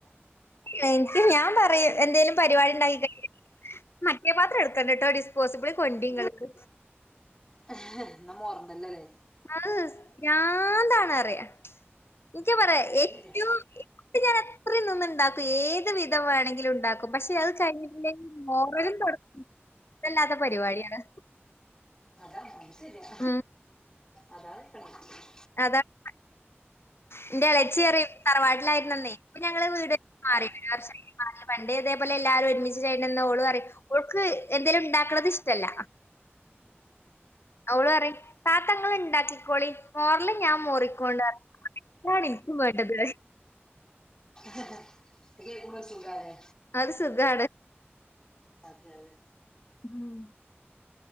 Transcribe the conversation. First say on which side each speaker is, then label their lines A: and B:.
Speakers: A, on the left; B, on the left.
A: എനിക്ക് ഞാൻ പറയും എന്തേലും പരിപാടി ണ്ടാക്കി കഴി മറ്റേ പാത്രം എടുക്കണ്ട കേട്ടോ ഡിസ്പോസിബിൾ കൊണ്ടിങ്ങൾക്ക്
B: ഹ് ഹ് ന്നാ മോറണ്ടല്ലോ ലെ
A: അഹ് ഭ്രാന്താണ്റയ നിക്ക് പറയാ
B: അതെ അത്
A: ഏറ്റവും-
B: ശരിയാ
A: അത് ഞാനത്രയും നിന്ന് ഉണ്ടാക്കും ഏത് വിധം വെണെങ്കിലും ണ്ടാക്കും. പക്ഷെ അത് കഴിഞ്ഞിട്ടിണ്ടേല് മോറലും തൊടക്കലും ഇഷ്ടല്ലാത്ത പരിപാടിയാണ്.
B: അതാണ് അത് ശെരിയാ
A: ഉം
B: അതാ പ്രശ്നം
A: അതാണ് ഇന്റെ ഇളച്ചിയറിയും
B: ഉം.
A: തറവാട്ടിലായിരുന്നന്നേ
B: എന്താ
A: ഇപ്പ ഞങ്ങള് വീട് വെച്ച് മാറി
B: ആ
A: ഒരു പിന്നെ നമ്മള് വീട് മാറി വർഷായി മാറി പണ്ട് തേപോലെ എല്ലാരും ഒരുമിച്ചു ചെയ്യണന്ന് ഓളു പറയും. ഓൾക്ക് എന്തേലും ണ്ടാക്കണത് ഇഷ്ടല്ല
B: ആഹ്
A: ഓള് പറയും താത്ത ഇങ്ങള് ണ്ടാക്കിക്കോളി മോറല് ഞാൻ മോറിക്കൊണ്ട് പറയും അതാണ് ഇൻക്കും വേണ്ടത് റയും
B: ഹ് ഹ് അത് കേക്കുബോ സുഗാല്ലേ
A: അത് സുഖാണ്
B: അതെഅതെ
A: ഉം